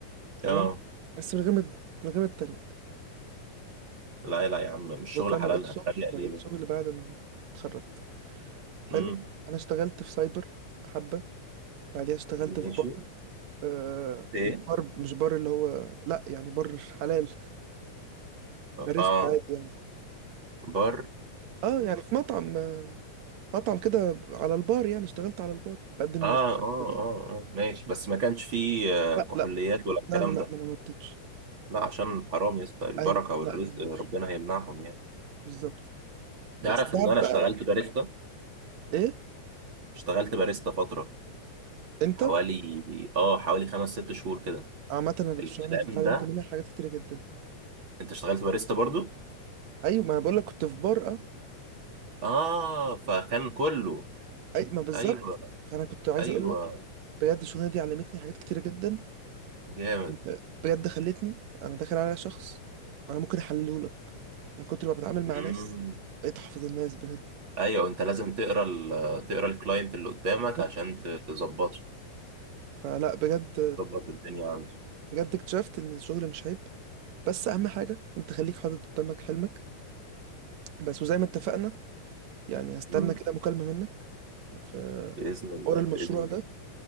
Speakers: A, on the right; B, on the right.
A: تمام
B: اه
A: بس من غير ما من غير ما اتريق
B: لا لا يا عم مش
A: بص
B: شغل
A: انا
B: حلال
A: ما لقيتش
B: هتريق
A: شغل ما
B: ليه
A: لقيتش
B: بس
A: شغل بعد ما اتخرجت حلو
B: امم
A: انا اشتغلت في سايبر حبه بعديها اشتغلت
B: ماشي
A: في بار آه
B: ايه
A: مش بار مش بار اللي هو لا يعني بار حلال باريستا
B: اه
A: عادي يعني
B: بار
A: اه يعني في مطعم آه، مطعم كده على البار يعني اشتغلت على البار بقدم
B: اه
A: مشاكل
B: اه اه
A: كده يعني
B: اه ماشي بس ما كانش فيه آه،
A: لا
B: كحوليات
A: لا
B: ولا الكلام
A: لا لا لا
B: ده
A: ما انا ما رضيتش
B: لا عشان حرام يا اسطى البركه
A: ايوه
B: والرزق
A: لا ما رضيتش
B: ربنا هيمنعهم يعني
A: بالظبط بس
B: تعرف
A: بعد
B: ان انا اشتغلت
A: بقى
B: باريستا
A: ايه
B: اشتغلت باريستا فتره
A: انت
B: حوالي اه حوالي خمس ست شهور كده
A: عامه الشغلانه
B: الكلام
A: دي اتعلمت
B: ده
A: منها حاجات كتيره جدا
B: انت اشتغلت باريستا برضو
A: ايوه ما انا بقول لك كنت في بار اه
B: اه فكان كله
A: اي ما بالظبط
B: ايوه
A: فانا كنت عايز
B: ايوه
A: اقول لك بجد الشغلانه دي علمتني حاجات كتيره جدا
B: جامد
A: آه، بجد خلتني انا داخل على شخص انا ممكن احلله لك من كتر ما بتعامل
B: مم.
A: مع ناس بقيت احفظ الناس بجد
B: ايوه انت لازم تقرا ال- تقرا الكلاينت اللي قدامك
A: بالظبط
B: عشان ت- تظبطه
A: فلا بجد
B: تظبط الدنيا عنده
A: بجد اكتشفت ان الشغل مش عيب بس اهم حاجه انت خليك حاطط قدامك حلمك بس وزي ما اتفقنا يعني هستنى
B: مم.
A: كده مكالمه منك ف
B: بإذن الله
A: حوار المشروع
B: بإذن الله
A: ده